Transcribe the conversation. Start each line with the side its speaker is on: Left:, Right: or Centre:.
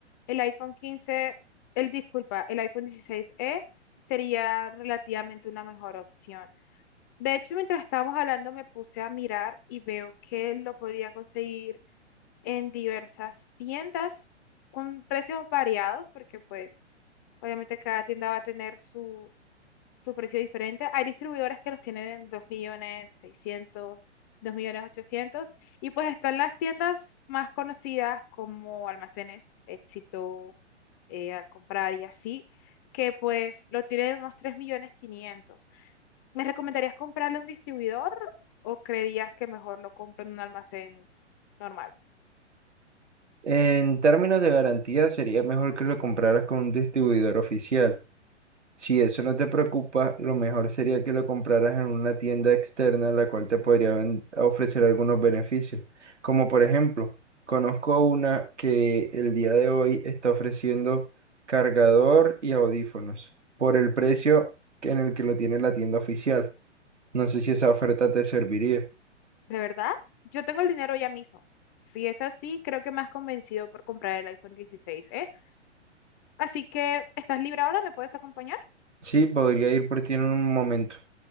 Left: el iPhone 15, el disculpa, el iPhone 16e sería relativamente una mejor opción. De hecho, mientras estábamos hablando, me puse a mirar y veo que lo podría conseguir en diversas tiendas con precios variados, porque pues obviamente cada tienda va a tener su, su precio diferente. Hay distribuidores que los tienen en 2 millones 600, 2 millones 800, y pues están las tiendas más conocidas como Almacenes, Éxito, eh, al comprar y así, que pues lo tienen en unos 3 millones 500. ¿Me recomendarías comprarle a un distribuidor o creerías que mejor lo compro en un almacén normal?
Right: En términos de garantía, sería mejor que lo compraras con un distribuidor oficial. Si eso no te preocupa, lo mejor sería que lo compraras en una tienda externa, la cual te podría ven- ofrecer algunos beneficios. Como por ejemplo, conozco una que el día de hoy está ofreciendo cargador y audífonos por el precio que- en el que lo tiene la tienda oficial. No sé si esa oferta te serviría.
Left: ¿De verdad? Yo tengo el dinero ya mismo. Si es así, creo que me has convencido por comprar el iPhone 16, ¿eh? Así que, ¿estás libre ahora? ¿Me puedes acompañar?
Right: Sí, podría ir por ti en un momento.